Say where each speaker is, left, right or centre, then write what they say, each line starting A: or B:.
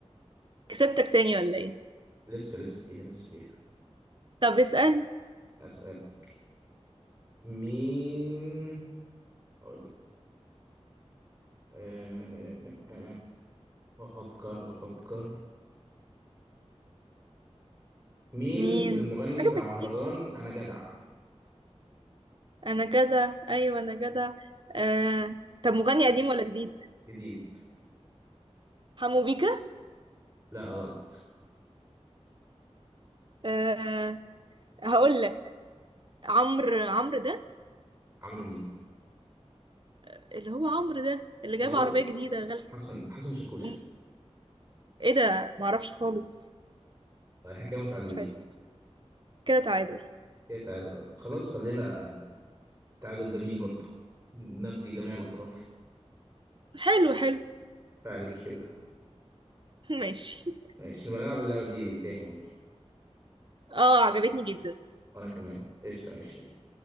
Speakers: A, on the right; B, on the right.
A: كسبتك تاني ولا ايه
B: لسه لسه فيها لسه فيها
A: طب اسأل
B: اسالك مين اقول أه أه أه أه. افكر افكر مين
A: مين
B: المغني
A: حاجة
B: بتاع
A: من
B: مهرجان
A: جديد
B: انا جدع
A: انا جدع ايوه انا جدع آه... طب مغني قديم ولا جديد
B: جديد
A: حمو بيكا
B: لا غلط
A: آه... هقول لك عمرو عمرو ده
B: عمرو مين
A: اللي هو عمرو ده اللي جاب
B: غلط
A: عربية
B: برضه
A: جديدة غالية
B: حسن حسن شاكوش
A: أم-
B: قد
A: ايه ده معرفش خالص
B: احنا كده متعادلين
A: كنتش عايزة كده تعادل
B: كده تعادل خلاص خلينا تعادل جميل برضه نرضي جميع الاطراف
A: حلو حلو
B: كفاية عليك كده
A: <laughs> ماشي
B: ماشي نبقى نلعب اللعبه دي تاني برضه
A: اه عجبتني جدا
B: وانا كمان قشطه ماشي